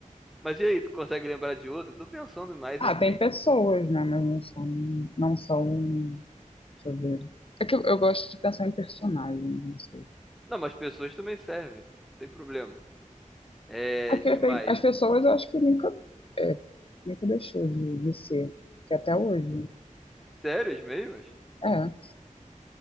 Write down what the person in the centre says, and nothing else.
Mas e aí, tu consegue lembrar de outro? Tô pensando mais
aqui.
Não, mas pessoas também servem. Não tem problema. É,
que mais?
Sérias mesmo?